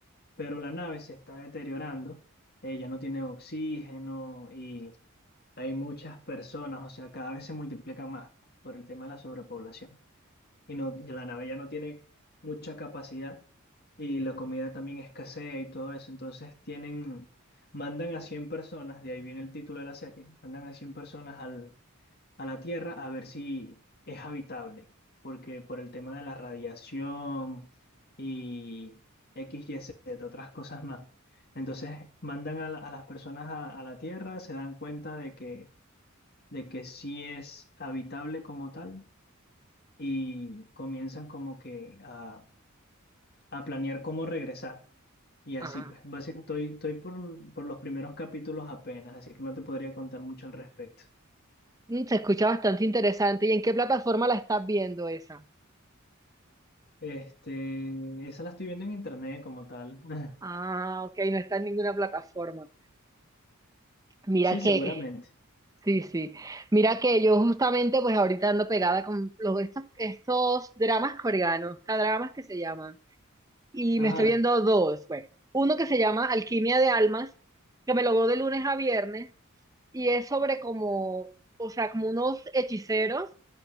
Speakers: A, on the left; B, on the right.
A: pero la nave se está deteriorando, eh, ya no tiene oxígeno y hay muchas personas, o sea, cada vez se multiplican más por el tema de la sobrepoblación y no, y la nave ya no tiene mucha capacidad y la comida también escasea y todo eso. Entonces tienen, mandan a 100 personas, de ahí viene el título de la serie, mandan a 100 personas al, a la Tierra a ver si es habitable, porque por el tema de la radiación y X, Y, Z, otras cosas más. Entonces mandan a, la- a las personas a, a la Tierra, se dan cuenta de que, de que sí es habitable como tal y comienzan como que a, a planear cómo regresar. Y así,
B: Ah,
A: pues, básicamente estoy, estoy por, por los primeros capítulos apenas, así que no te podría contar mucho al respecto.
B: mm, se escucha bastante interesante. ¿Y en qué plataforma la estás viendo esa?
A: Este, esa la estoy viendo en internet como tal. <laughs>
B: Ah, ok, no está en ninguna plataforma. Mira
A: Sí,
B: que,
A: seguramente.
B: sí, sí. Mira que yo justamente pues ahorita ando pegada con los, estos, estos dramas coreanos, dramas que se llaman. Y
A: Ajá,
B: me estoy viendo dos. Bueno, uno que se llama Alquimia de Almas, que me lo veo de lunes a viernes, y es sobre como, o sea, como unos hechiceros